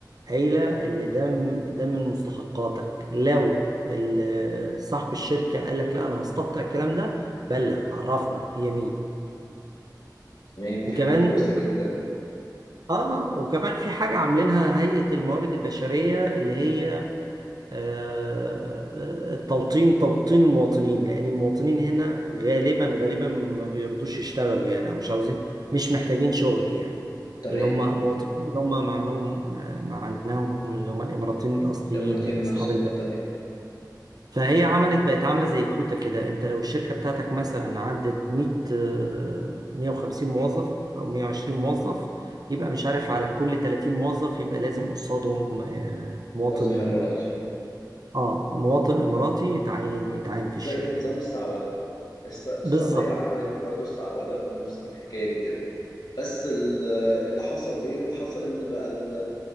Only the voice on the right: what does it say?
قايلة اللي ده م- ده من مستحقاتك لو ال- صاحب الشركة قال لك لا أنا هستقطع الكلام ده بلغ عرفنا هي مين
وكمان
اه وكمان في حاجة عاملينها هيئة الموارد البشرية اللي هي آه، آه، التوطين توطين المواطنين لأن المواطنين هنا غالبا غالبا ما بيرضوش يشتغلوا يعني أو مش عاوزين مش محتاجين شغل يعني
اللي هم مواطنين اللي هم معناهم معناهم اللي هم الإماراتيين الأصليين
يعني أصحاب
البلد
فهي عملت بقت عاملة زي كوتا كده انت لو الشركة بتاعتك مثلا عدت 100 آه، 150 موظف او 120 موظف يبقى مش عارف على كل 30 موظف يبقى لازم قصادهم آه، مواطن
اه مواطن اماراتي يتعين يتعين في
الشركة
بالظبط